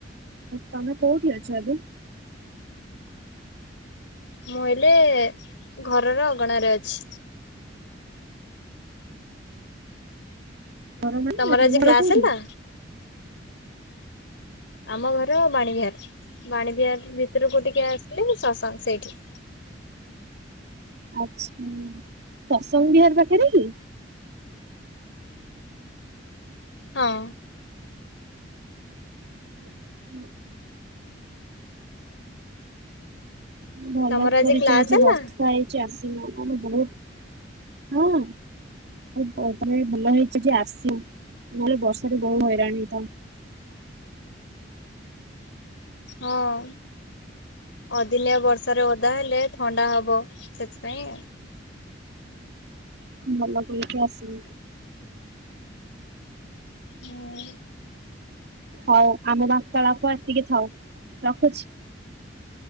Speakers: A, on the right (about 60°); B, on the left (about 80°).
A: ତମେ କୋଉଠି ଅଛ ଏବେ?
B: ମୁଁ ହେଲେ ଘରର ଅଗଣାରେ ଅଛି।
A: ଘର ନାହିଁ
B: ତମର
A: ନା ତମ
B: ଆଜି କ୍ଲାସ
A: ଘର କୋଉଠି?
B: ହେଲା? ଆମ ଘର ବାଣୀ ବିହାର ବାଣୀ ବିହାର ଭିତରକୁ ଟିକେ ଆସିଲେ ସସଙ୍ଗ ସେଇଠି।
A: ଆଛା ସତ୍ସଙ୍ଗ ବିହାର ପାଖରେ କି?
B: ହଁ।
A: ହ ଭଲ
B: ତମର
A: କରିଛ
B: କ୍ଲାସ
A: ଆଜି ବର୍ଷା
B: ହେଲା
A: ହେଇ ଯେ ଆସୀନ ଆ ବହୁତ ହଁ। ତମେ ଭଲ ହେଇଛ ଯେ ଆସିନ ନହେଲେ ବର୍ଷାରେ ବହୁ ହଇରାଣ ହେଇଥାନ୍ତ।
B: ହଁ ଅଦିନିଆ ବ ଥରେ ଓଦା ହେଲେ ଥଣ୍ଡା ହେବ। ସେଥିପାଇଁ
A: ହୁଁ ଭଲ କରିକି ଆସିନ।
B: ହୁଁ।
A: ହଉ ଆମ ବାର୍ତ୍ତାଳାପ ଏତିକି ଥାଉ ରଖୁଛି।